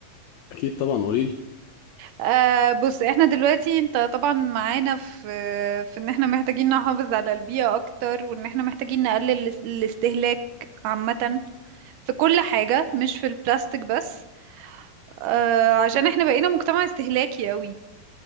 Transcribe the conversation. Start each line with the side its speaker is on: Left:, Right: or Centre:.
Left: اكيد طبعا قوليلي
Right: أه بص احنا دلوقتي انت طبعا معانا في في ان احنا محتاجين نحافظ على البيئة اكتر وان احنا محتاجين نقلل الاس- الاستهلاك عامة في كل حاجة مش في البلاستيك بس أه عشان احنا بقينا مجتمع استهلاكي قوي